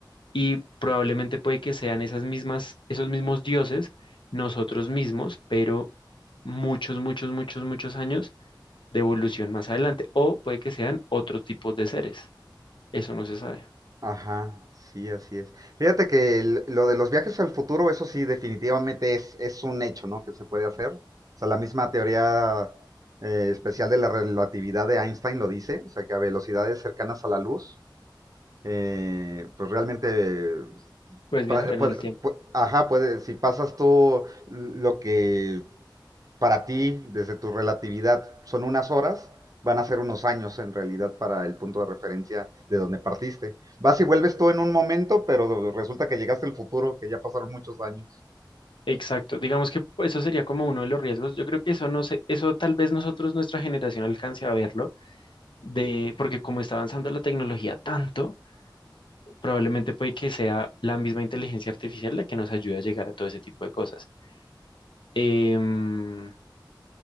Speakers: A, on the left (about 75°); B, on the right (about 45°).
A: y probablemente puede que sean esas mismas, esos mismos dioses, nosotros mismos, pero muchos, muchos, muchos, muchos años de evolución más adelante, o puede que sean otros tipos de seres, eso no se sabe.
B: Ajá, sí, así es. Fíjate que el- lo de los viajes al futuro, eso sí, definitivamente es, es un hecho, ¿no? Que se puede hacer. O sea, la misma teoría eh, especial de la relatividad de Einstein lo dice, o sea, que a velocidades cercanas a la luz, eh, pues realmente, eh,
A: Puedes
B: pa-
A: viajar en
B: puede-
A: el tiempo.
B: pu- ajá, puede, si pasas tú lo que para ti, desde tu relatividad, son unas horas, van a ser unos años en realidad para el punto de referencia de donde partiste. Vas y vuelves tú en un momento, pero resulta que llegaste al futuro, que ya pasaron muchos años.
A: Exacto, digamos que pues, eso sería como uno de los riesgos. Yo creo que eso no sé, eso tal vez nosotros, nuestra generación alcance a verlo, de, porque como está avanzando la tecnología tanto, probablemente puede que sea la misma inteligencia artificial la que nos ayude a llegar a todo ese tipo de cosas. Em,